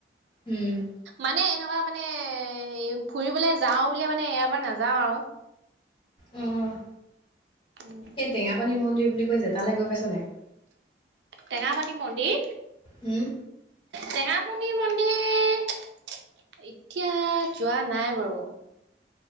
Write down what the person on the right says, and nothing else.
মানে এনেকুৱা মানে এ, ফুৰিবলে যাওঁ বুলি মানে, এবাৰ নাযাওঁ আৰু।
উম
টেঙাপানী মন্দিৰ?
টেঙাপানি মন্দিৰ এতিয়া যোৱা নাই বাৰু।